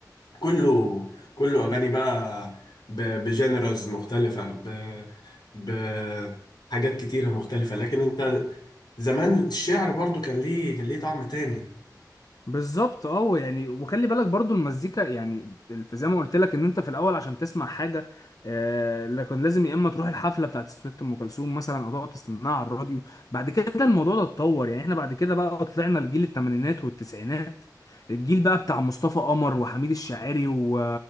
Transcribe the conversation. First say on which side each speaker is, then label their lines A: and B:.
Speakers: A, on the left (about 70°); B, on the left (about 55°).
A: كله كله اغاني بقى ب... بجنرز مختلفة ب... ب... حاجات كتيرة مختلفة لكن انت زمان الشعر برضو كان ليه كان ليه طعم تاني
B: بالظبط اه يعني وخلي بالك برضو المزيكا يعني في زي ما قلت لك ان انت في الاول عشان تسمع حاجه آه لكن لازم يا اما تروح الحفله بتاعت ست ام كلثوم مثلا او تقعد تستناها على الراديو بعد كده الموضوع ده اتطور يعني احنا بعد كده بقى طلعنا لجيل الثمانينات والتسعينات الجيل بقى بتاع مصطفى قمر وحميد الشاعري و...